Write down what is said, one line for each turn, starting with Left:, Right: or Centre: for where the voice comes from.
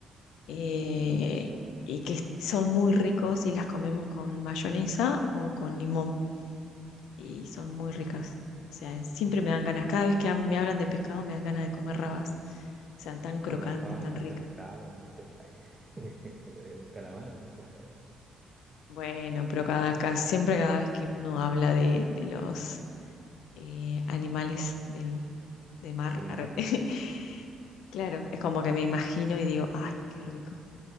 Left: eh, y que son muy ricos y las comemos con mayonesa o con limón y son muy ricas. O sea, siempre me dan ganas, cada vez que hab- me hablan de pescado me dan ganas de comer rabas, o sea, tan crocante,
Right: Pero el raba
Left: tan
Right: no es
Left: ricas.
Right: un pescado, mujer. <laughs> Es un calamar, no un pescado.
Left: Bueno, pero cada, ca- siempre cada vez que uno habla de, de los eh, animales del, de mar,
Right: Del
Left: arre,
Right: mar.
Left: <laughs> Claro, es como que me imagino y digo, ay, qué rico,